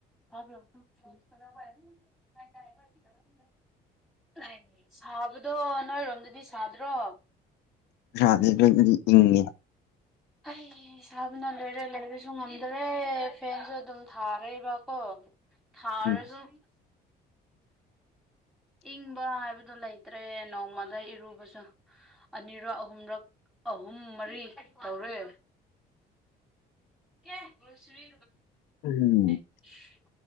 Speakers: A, in the centre; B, on the left.
A: ꯇꯥꯕ꯭ꯔꯣ <unintelligible> ꯁꯥꯕꯗꯣ ꯅꯣꯏꯔꯣꯝꯗꯗꯤ ꯁꯥꯗ꯭ꯔꯣ
B: <unintelligible>
A: ꯑꯩ ꯁꯥꯥꯕꯅ ꯂꯣꯏꯔꯦ ꯂꯩꯕꯁꯨ ꯉꯝꯗ꯭ꯔꯦ ꯐꯦꯟꯁꯨ ꯑꯗꯨꯝ ꯊꯥꯔꯦꯕꯀꯣ ꯊꯥꯔꯁꯨ
B: ꯎꯝ
A: ꯏꯪꯕ ꯍꯥꯏꯕꯗꯨ ꯂꯩꯇ꯭ꯔꯦ ꯅꯣꯡꯃꯗ ꯏꯔꯨꯕꯁꯨ ꯑꯅꯤꯔꯛ ꯑꯍꯨꯝꯂꯛ ꯑꯍꯨꯝ ꯃꯔꯤ ꯇꯧꯔꯦ ꯀꯌꯥꯁꯃꯤ
B: ꯎꯝ
A: ꯎ